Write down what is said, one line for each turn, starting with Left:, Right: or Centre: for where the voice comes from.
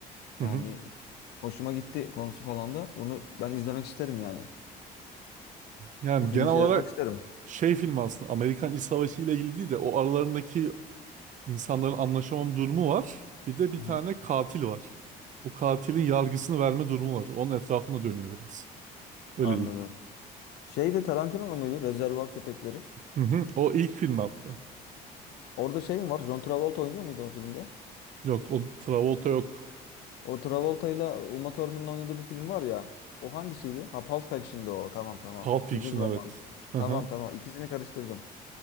Right: hı
Left: Yani
Right: hı.
Left: hoşuma gitti konusu falan da. Onu ben izlemek isterim yani.
Right: Yani
Left: Bu filmi
Right: genel olarak
Left: seyretmek isterim.
Right: şey film aslında Amerikan İç Savaşı ile ilgili değil de o aralarındaki insanların anlaşamam durumu var. Bir de bir
Left: Hı
Right: tane
Left: hı.
Right: katil var. O katilin yargısını verme durumu var. Onun etrafında dönüyor biraz. Öyle
Left: Anladım.
Right: diyeyim.
Left: Şey de Tarantino muydu? Rezervuar Köpekleri.
Right: Hı hı. O ilk film hatta.
Left: Orada şey mi var? John Travolta oynuyor muydu o filmde?
Right: Yok o Travolta yok.
Left: O Travolta ile Uma Thurman'ın oynadığı bir film var ya. O hangisiydi? Ha Pulp Fiction'dı o. Tamam tamam.
Right: Pulp Fiction
Left: Ucuz roman.
Right: evet. Hı
Left: Tamam
Right: hı.
Left: tamam. İkisini karıştırdım.